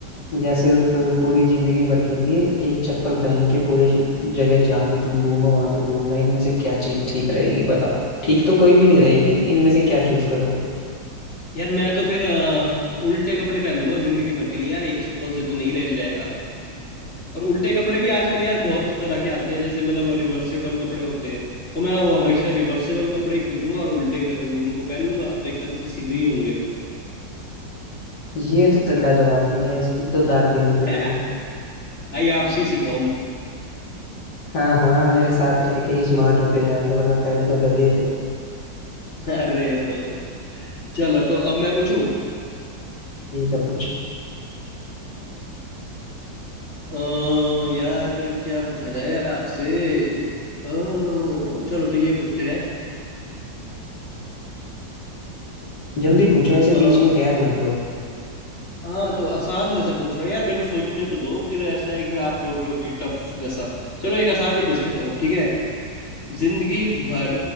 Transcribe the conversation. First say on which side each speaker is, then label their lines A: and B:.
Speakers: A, on the left; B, on the left.
A: या सिर्फ पूरी जिंदगी भर के लिए एक चप्पल पहन के पूरे जगह जहां भी तुम घूमो वहां पे घूमना इनमें से क्या चीज ठीक रहेगी बताओ ठीक तो कोई भी नहीं रहेगी कि इनमें से क्या चूज करोगे
B: यार मैं तो फिर अ, उल्टे कपड़े पहन लूंगा जिंदगी भर के लिए यार एक चप्पल से तो नहीं रह जाएगा और उल्टे कपड़े भी आजकल यार बहुत तरह के आते हैं जैसे मतलब रिवर्सेबल कपड़े होते हैं तो मैं वो हमेशा रिवर्सेबल कपड़े ही खरीदूंगा और उल्टे क- उनको पहन लूंगा तो एक तरह से सीधे ही होंगे वो
A: ये तो तगड़ा जवाब दिया है इसको तो दाग देनी
B: <laughs>
A: पड़ेगी
B: आइए आपसे ही सीख रहा हूँ
A: हाँ हाँ मेरे साथ रह के ही स्मार्ट होते जा रहे हो वरना पहले तो गधे थे
B: मैं <laughs> अरे ब्रो चलो तो अब मैं पूछूं
A: ठीक है पूछो
B: अ, यार तो क्या पूछा जाए आपसे अ, चलो तो ये पूछते
A: जल्दी पूछो ऐसे
B: हैं
A: बीच में गैप मत लो
B: हाँ तो आसान जैसा पूछ रहा हूँ यार मेरे को सोचने तो दो फिर ऐसा है कि आप बोल रहे हो कि टफ जैसा चलो एक आसान ही पूछ लेता हूँ ठीक है जिंदगी भर